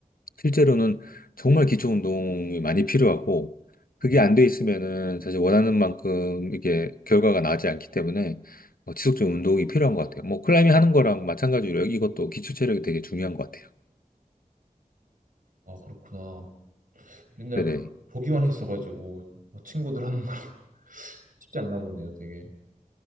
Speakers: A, on the left; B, on the right.
A: 실제로는 정말 기초 운동이 많이 필요하고 그게
B: 음.
A: 안 돼 있으면은 사실 원하는 만큼 이게 결과가 나지 않기 때문에 어, 지속적인 운동이 필요한 것 같아요. 뭐 클라이밍 하는 거랑 마찬가지로 이것도 기초 체력이 되게 중요한 것 같아요.
B: 아, 그렇구나. 맨날
A: 네네.
B: 그- 보기만 했어가지고 뭐 친구들 하는 거 <laughs> 쉽지 않나 보네요, 되게.